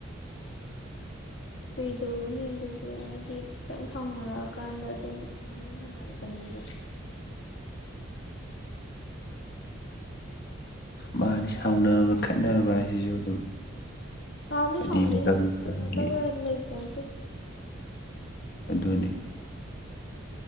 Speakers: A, on the left; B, on the left.
A: ꯀꯩꯗꯧꯔꯨꯅꯤ ꯑꯗꯨꯗꯤ ꯍꯥꯏꯗꯤ ꯈꯤꯇꯪ ꯁꯥꯎꯅꯔꯛꯑꯀꯥꯟꯗ ꯑꯗꯨꯝ ꯃꯅꯤꯡ ꯍꯟꯅꯔꯛꯀꯅꯦꯕ
B: ꯃꯥꯅ ꯁꯥꯎꯅꯕ ꯈꯠꯅꯕ ꯍꯥꯏꯁꯤꯁꯨ ꯑꯗꯨꯝ
A: ꯁꯥꯎꯗꯤ
B: ꯍꯥꯏꯗꯤ
A: ꯁꯥꯎꯅꯩꯅꯤꯗ
B: ꯃꯇꯝ ꯃꯇꯝꯒꯤ
A: ꯁꯥꯎꯅꯗꯕ ꯂꯩꯄꯣꯟꯇꯦ
B: ꯑꯗꯨꯅꯤ